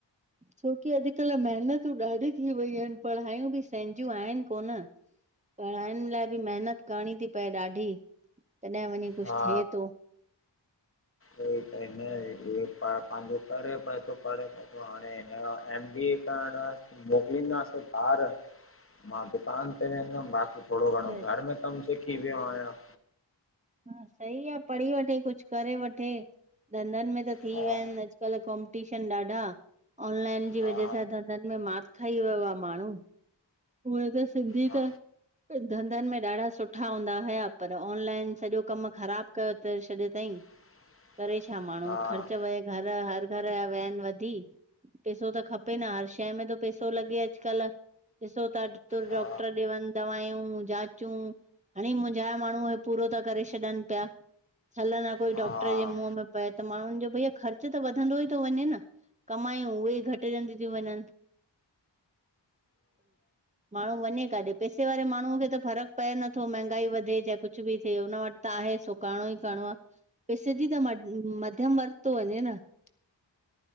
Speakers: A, on the right (about 15°); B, on the left (about 30°).
A: छोकी अॼुकल महिनतूं ॾाढी थी वयूं आहिनि, पढ़हायूं भी सहिंजूं आहिन कोन। पढ़ाइनि लाइ भी मेहनत करणी थी पए ॾाढी, तॾहिं वञी कुछ
B: हा
A: थिए तो।
B: पंहिंजो करे <unintelligible> हाणे हिनजो एम बी ए। <unintelligible> <unintelligible> मोकिलंदासीं ॿार मां दुकान ते वेंहदुम थोरो घणो
A: त
B: घर में कमु सिखी वयो आहियां।
A: सही आ, पढ़ी वठे, कुछ करे वठे। धंधनि में त थी
B: हा
A: वया आहिनि अॼुकल कॉम्पिटीशन ॾाढा, ऑनलाइन जी
B: हा
A: वजह सां धंधनि में मात खाई वयो आ माणु, उहे त सिंधी
B: हा
A: त धंधनि में ॾाढा सुठा हूंदा हुया, पर ऑनलाइन सॼो कमु ख़राब कयो त छॾियो तईं।
B: <inaudible>
A: करे छा माणुहूं
B: हा
A: ख़र्च वहे, घर हर घर जा वैन वधी, पैसो त खपे न हर शइ में थो पैसो लॻे अॼुकल ॾिसो था, तुर डॉक्टर
B: हा
A: ॾे वञु दवांयू जाच चउं हाणे मुहिंझा़ माणु हे पूरो था करे छॾनि पिया हल न पोइ
B: हा
A: डॉक्टर जे मुंह में पय त माणुन जो भैया ख़र्च त वधंदो ई थो वञे न कमायूं उहे घटिजयूं थियूं वञनि। माणु वञे काॾे पैसे वारे माणुअ खे त फ़र्क़ु पए नथो मंहगाई वधे जींअ कुछ भी थिए हुन वटि त आहे सो करणो ई करिणो आ पिस जी त मध मध्यम वर्ग तो वञे न।